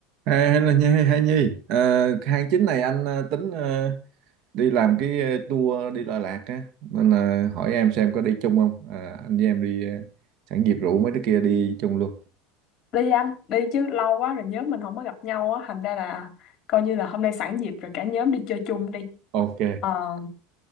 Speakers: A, on the right; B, on the left.
A: À, hay là Nhi, hay Nhi. Ờ, tháng 9 này anh ờ, tính ờ, đi làm cái ờ, tour đi Đà Lạt á nên là hỏi em xem có đi chung không. À, anh với em đi ờ, sẵn dịp rủ mấy đứa kia đi chung luôn.
B: đi anh đi chứ lâu quá rồi nhóm mình không có gặp nhau á thành ra là coi như là hôm nay sẵn dịp rồi cả nhóm đi chơi chung đi
A: Ok.
B: Ờ,